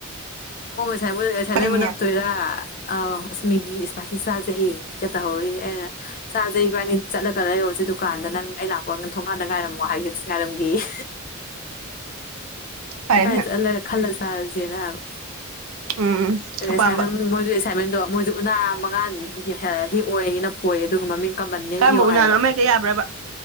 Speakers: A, on the left (about 40°); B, on the right (about 80°).
A: ꯍꯣꯝ ꯑꯦꯁꯥꯏꯃꯦꯟꯕꯨ
B: ꯀꯔꯤꯅꯦ
A: ꯅꯞꯇꯣꯏꯔꯥ ꯑ ꯑꯁ ꯃꯦꯒꯤ ꯏꯁꯄꯥꯏꯁꯤ ꯆꯥꯁꯦ ꯍꯌꯦꯡꯗꯤꯒ ꯇꯧꯍꯧꯔꯤ ꯑꯩꯅ ꯆꯥꯖꯦ ꯏꯕꯥꯅꯤ ꯆꯠꯂꯒ ꯂꯩꯔꯨꯔꯁꯤ ꯗꯨꯀꯥꯟꯗ ꯅꯪ ꯑꯩ ꯂꯥꯛꯄ ꯊꯣꯡꯒꯥꯟꯗ ꯉꯥꯏꯔꯝꯃꯣ ꯍꯥꯏꯒꯦ ꯑꯁ ꯉꯥꯏꯔꯝꯒ‌ꯦꯌ‌ꯦ
B: ꯄꯥꯏꯔꯦꯟꯅ
A: ꯏꯝꯐꯥꯟ ꯆꯠꯂ ꯈꯜꯂ ꯆꯥꯔꯁꯦꯅ ꯍꯥꯏꯕ
B: ꯎꯝ
A: ꯑꯦꯁꯥꯏꯟꯃꯦꯟ
B: ꯑꯄꯥꯝꯕ
A: ꯃꯣꯏꯁꯨ ꯑꯦꯁꯥꯏꯟꯃꯦꯟꯗꯣ ꯃꯣꯏꯁꯨ ꯎꯅꯥ ꯃꯉꯥ ꯍꯦꯛ ꯑꯣꯌꯦ ꯅꯞꯄꯣꯌꯦ ꯑꯗꯨꯒ ꯃꯃꯤꯡ ꯀꯃꯟ ꯅꯦꯝ
B: ꯀꯔꯝꯕ
A: ꯏꯌꯣ
B: ꯎꯅꯥꯅꯣ
A: ꯍꯥꯏꯌꯦꯕ
B: ꯑꯃ ꯍꯦꯛꯇ ꯌꯥꯕ꯭ꯔꯕ